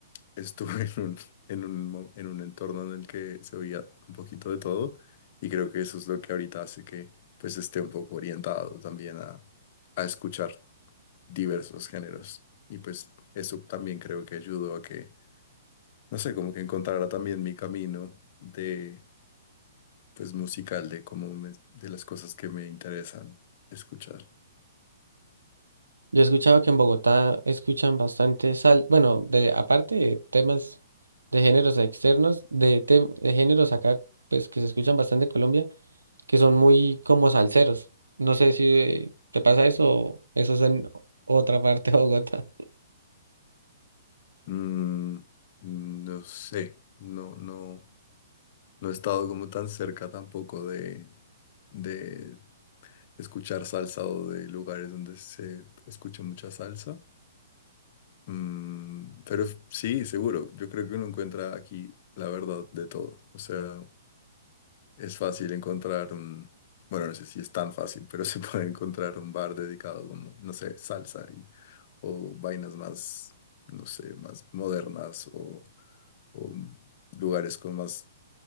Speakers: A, on the left; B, on the right.
A: estuve <laughs> en un, en un, mo- en un entorno en el que se oía un poquito de todo, y creo que eso es lo que ahorita hace que pues esté un poco orientado también a, a escuchar diversos géneros. Y pues eso también creo que ayudó a que, no sé, como que encontrara también mi camino de, pues musical, de cómo me- de las cosas que me interesan escuchar.
B: Yo he escuchado que en Bogotá escuchan bastante sal, bueno, de aparte de temas de géneros externos, de, tem- de géneros acá, pues que se escuchan bastante en Colombia que son muy como salseros. No sé si te pasa eso o eso es en otra parte de Bogotá.
A: Mm, no sé, no, no, no he estado como tan cerca tampoco de, de escuchar salsa o de lugares donde se escuche mucha salsa. Mm, pero f- sí, seguro. Yo creo que uno encuentra aquí la verdad de todo. O sea, Es fácil encontrar un, bueno, no sé si es tan fácil, pero <laughs> se puede encontrar un bar dedicado como, no sé, salsa y, o vainas más, no sé, más modernas o, o lugares con más,